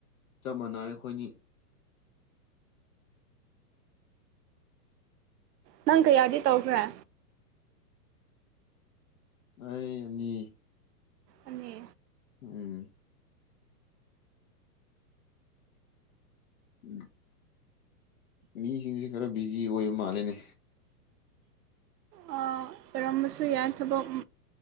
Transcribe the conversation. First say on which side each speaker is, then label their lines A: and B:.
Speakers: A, on the left (about 60°); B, on the right (about 85°).
A: ꯆꯞ ꯃꯥꯟꯅꯩ ꯑꯩꯈꯣꯏꯗꯤ
B: ꯅꯪ ꯀꯌꯥꯗꯤ ꯇꯧꯈ꯭ꯔꯦ
A: ꯑꯩ ꯑꯅꯤ
B: ꯑꯅꯤ
A: ꯎꯝ <unintelligible> ꯃꯤꯁꯤꯡꯁꯦ ꯈꯔ ꯕꯤꯖꯤ ꯑꯣꯏꯕ ꯃꯥꯜꯂꯤꯅꯦ
B: ꯑꯥ ꯑꯣꯏꯔꯝꯕꯁꯨ ꯌꯥꯏ ꯊꯕꯛ